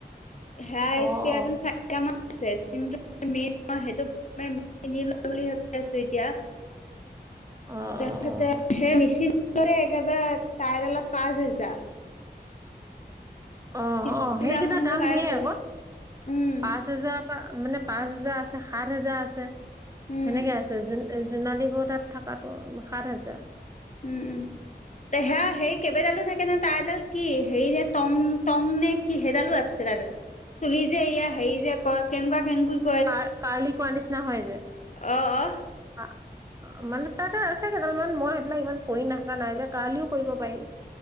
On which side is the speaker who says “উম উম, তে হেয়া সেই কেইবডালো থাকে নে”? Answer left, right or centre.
Left